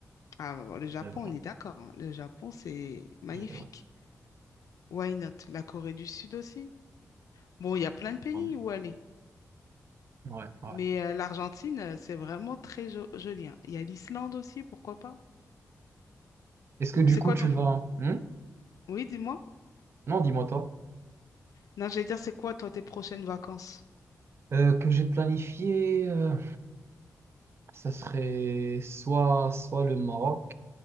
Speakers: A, on the left (about 75°); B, on the right (about 45°).
A: Ah, bon, le Japon,
B: J'irai au Japon.
A: on est d'accord. hein. Le Japon, c'est magnifique.
B: J'irai au Japon.
A: Why not? La Corée du Sud aussi. Bon, il y a plein de pays
B: Ouais,
A: où aller.
B: ouais. ouais.
A: Mais euh, l'Argentine, euh, c'est vraiment très jo- joli. hein. Il y a l'Islande aussi, pourquoi pas?
B: Est-ce que
A: Bon,
B: du
A: c'est
B: coup,
A: quoi
B: tu
A: ton...
B: vas... Hmm
A: Oui, dis-moi.
B: Non, dis-moi toi.
A: Non, j'allais dire, c'est quoi, toi, tes prochaines vacances?
B: Euh, que j'ai planifié, euh, ça serait soit, soit le Maroc,